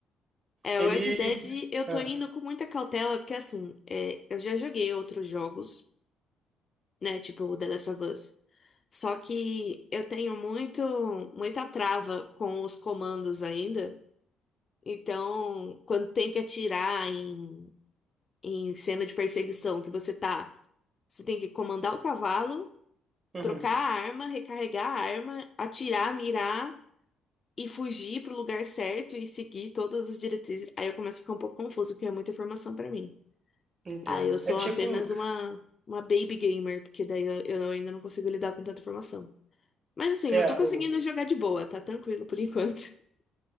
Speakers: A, on the left; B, on the right.
A: É,
B: ele.
A: o Red Dead eu
B: Ah,
A: tô indo com muita cautela, porque, assim, é, eu já joguei outros jogos, né? Tipo o The Last of Us. Só que eu tenho muito, muita trava com os comandos ainda. Então, quando tem que atirar em, em cena de perseguição, que você tá, você tem que comandar o cavalo.
B: uhum,
A: trocar a arma, recarregar a arma, atirar, mirar e fugir pro lugar certo e seguir todas as diretrizes. Aí eu começo a ficar um pouco confuso, porque é muita informação pra mim.
B: entendo.
A: Aí eu sou
B: É tipo,
A: apenas uma, uma baby gamer, porque daí eu, eu ainda não consigo lidar com tanta informação. Mas assim,
B: é,
A: eu tô conseguindo
B: o
A: jogar de boa, tá tranquilo por enquanto. <laughs>